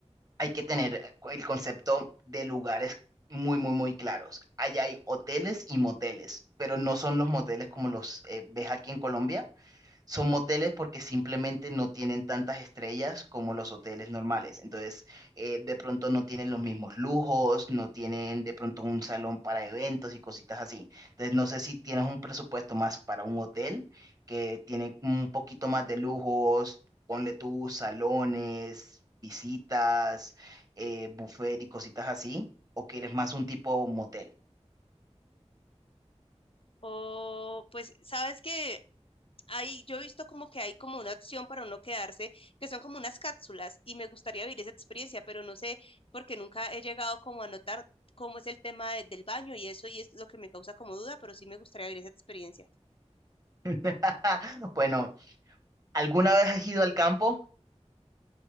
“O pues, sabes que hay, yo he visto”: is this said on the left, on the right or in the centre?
Left